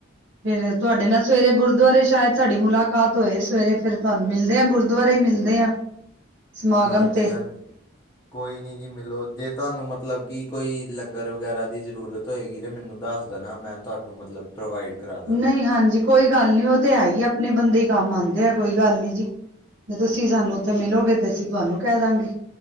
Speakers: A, on the right (about 70°); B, on the left (about 15°).
A: ਫਿਰ ਤੁਹਾਡੇ ਨਾਲ ਸਵੇਰੇ ਗੁਰਦੁਆਰੇ ਸ਼ਾਇਦ ਸਾਡੀ ਮੁਲਾਕਾਤ। ਹੋਏ ਸਵੇਰੇ ਫਿਰ ਤੁਹਾਨੂੰ ਮਿਲਦੇ ਆ ਗੁਰਦੁਆਰੇ ਹੀ ਮਿਲਦੇ ਆ। ਸਮਾਗਮ
B: ਹਾਂਜੀ
A: ਤੇ
B: ਹਾਂਜੀ। ਕੋਈ ਨਹੀਂ ਜੀ ਮਿਲੋ ਜੇ ਤੁਹਾਨੂੰ ਮਤਲਬ ਕਿ ਕੋਈ ਲੰਗਰ ਵਗੈਰਾ ਦੀ ਜ਼ਰੂਰਤ ਹੋਏਗੀ ਤੇ ਮੈਨੂੰ ਦੱਸ। ਨਾ ਮੈਂ ਤੁਹਾਨੂੰ ਮਤਲਬ। ਪ੍ਰੋਵਾਈਡ ਕਰਾ। ਦਾਂਗਾ
A: ਨਹੀਂ ਹਾਂਜੀ ਕੋਈ ਗੱਲ ਨਹੀਂ ਉਹ ਤੇ ਹੈ ਹੀ ਆਪਣੇ ਬੰਦੇ ਕੰਮ ਆਉਂਦੇ ਆ ਕੋਈ ਗੱਲ ਨਹੀਂ। ਜੇ ਤੁਸੀਂ ਸਾਨੂੰ ਉੱਥੇ ਮਿਲੋਗੇ ਤੇ ਅਸੀਂ ਤੁਹਾਨੂੰ ਕਹਿ ਦਾਂਗੇ।